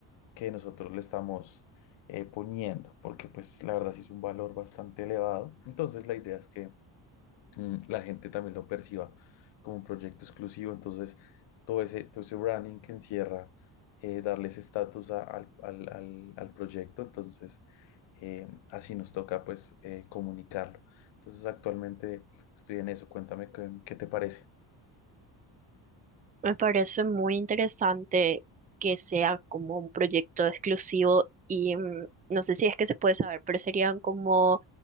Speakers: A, on the left; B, on the right.
A: que nosotros le estamos eh, poniendo, porque pues la verdad sí es un valor bastante elevado. Entonces la idea es que mm, la gente también lo perciba como un proyecto exclusivo. Entonces, todo ese, todo ese branding que encierra eh, darle ese estatus a- al, al- al- al proyecto, entonces eh, así nos toca pues eh, comunicarlo. Entonces, actualmente estoy en eso. Cuéntame qué, qué te parece.
B: Me parece muy interesante que sea como un proyecto exclusivo y mm, no sé si es que se puede saber, pero serían como